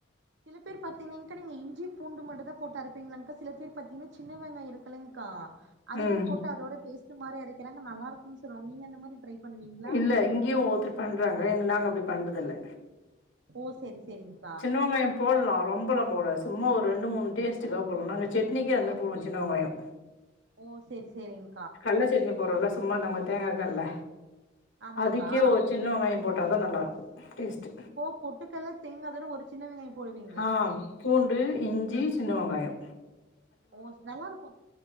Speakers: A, on the right; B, on the left.
A: சில பேர் பாத்தீங்கன்கா நீங்க இஞ்சி பூண்டு மட்டும் தா போட்டா அ இருப்பீங்கள்கா சில பேர் பாத்தீங்கன்னா சின்ன வெங்காய இருக்கலங்க்கா அதயு
B: ம்.
A: போட்டு அதோட பேஸ்ட் மாதி அக்கிறாங்க நல்லா இருக்கும்ன்னு சொல்லாங்க நீங்க இந்த மாரி பண்ணுவீங்களா
B: இல்ல இங்கயும் ஒவ்வோருத்தரு பண்றாங்க எங்க நாங்க அப்டி பண்றது இல்ல
A: ஓ சரி சரிங்க
B: சின்ன வெங்காயம் போடலாம் ரொம்பலாம் போட சும்மா ஒரு ரெண்டு மூணு டேஸ்டு்க போலாம் நா சட்னிக்கு அந்த
A: வாசத்துக்கு
B: பூ சின்ன வெங்காயோ
A: ஓ செரி செரிங்
B: கல்ல சட்னி போறோல்ல சும்மா நம்ம தேங்கா கல்ல
A: ஆமாங்க்கா
B: அதுக்கே ஒரு சின் சின்ன வெங்காயோபோட்டா தா நல்லாயிருக்கு டேஸ்ட்டு
A: ஒ பொட்டுக்கல்ல தேங்காதன ஒருச் சின்ன வெங்காய போடுவீங்
B: ஆம் பூண்டு இஞ்சி சின்ன வெங்காயோ
A: ஓஸ் நல்லா இருக்கு